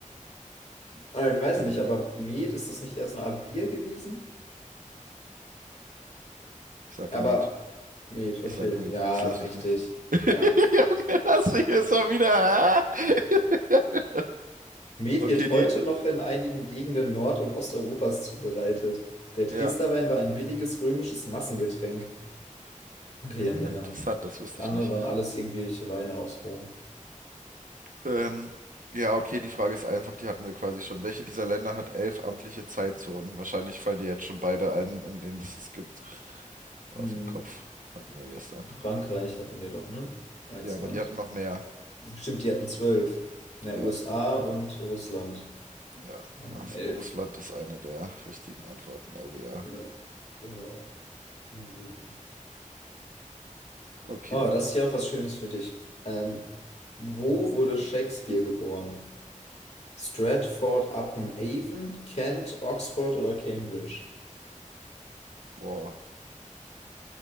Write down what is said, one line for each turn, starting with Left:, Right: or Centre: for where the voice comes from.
Left: Ah, Ich weiß
Right: Digga.
Left: nicht, aber Met, ist das nicht eher so eine Art Bier gewesen?
Right: Ich sag
Left: Aber
Right: Met.
Left: Met,
Right: Ich
Left: okay,
Right: sag Met.
Left: ja,
Right: Ich lass
Left: richtig.
Right: mich nicht. <laughs>
Left: Ja.
Right: Junge, lass mich jetzt mal wieder. ah? <laughs>
Left: Met
Right: Okay,
Left: wird heute
Right: die.
Left: noch in einigen Gegenden Nord- und Osteuropas zubereitet. Der Dresdner
Right: Ja.
Left: Wein war ein billiges römisches Massengetränk. Okay,
Right: Ah,
Left: und die anderen.
Right: interessant, das wusste
Left: Das
Right: ich
Left: andere
Right: nicht.
Left: waren alles irgendwelche Weine aus Rom.
Right: Ähm, ja, okay, die Frage ist einfach, die hatten wir quasi schon. Welche dieser Länder hat elf amtliche Zeitzonen? Wahrscheinlich fallen dir jetzt schon beide ein, in denen es es gibt. Aus
Left: Hm.
Right: dem Kopf hatten wir gestern.
Left: Frankreich hatten wir doch, ne? Als
Right: Ja, aber
Left: Land.
Right: die hatten noch mehr.
Left: Stimmt, die hatten zwölf. Na,
Right: Ja,
Left: USA und Russland
Right: ja.
Left: haben
Right: Also
Left: elf.
Right: Russland ist eine der richtigen Antworten. Also ja.
Left: Ja, genau. Mhm.
Right: Okay.
Left: Oh, das ist ja auch was Schönes für dich. Ähm, wo wurde Shakespeare geboren? Stratford-upon-Avon, Kent, Oxford oder Cambridge?
Right: Boah,